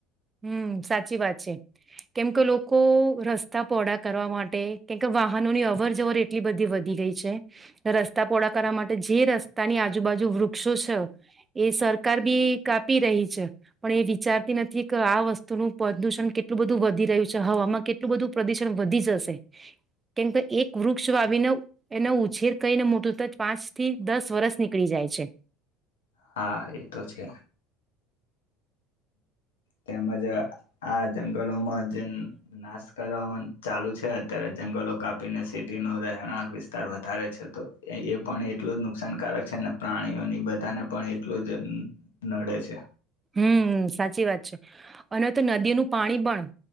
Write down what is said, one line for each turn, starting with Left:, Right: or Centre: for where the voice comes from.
Right: હમ સાચી વાત છે કેમ કે લોકો રસ્તા પહોળા કરવા માટે કેમ કે વાહનોની અવર જવર એટલી બધી વધી ગઈ છે રસ્તા પહોળા કરવા માટે જે રસ્તાની આજુબાજુ વૃક્ષો છે એ સરકાર બી કાપી રહી છે પણ એ વિચારતી નથી કે આ વસ્તુનું પ્રદુષણ કેટલું બધું વધી રહ્યું છે હવામાં કેટલું બધું પ્રદુષણ વધી જશે કેમકે એક વૃક્ષ વાવીને એનો ઉછેર કરીને મોટું થતા પાંચથી દસ વર્ષ નીકળી જાય છે.
Left: હા એ તો છે. તેમજ આ આ જંગલોમાં જે નાશ કર ચાલુ છે અત્યારે જંગલો કાપીને સિટી ન રહેણાંક વિસ્તાર વધારે છે તો એ પણ એટલું જ નુકસાનકારક છે ને પ્રાણીઓની બધાને પણ એટલું જ નડે છે
Right: હમ સાચી વાત છે અને તો નદીનું પાણી પણ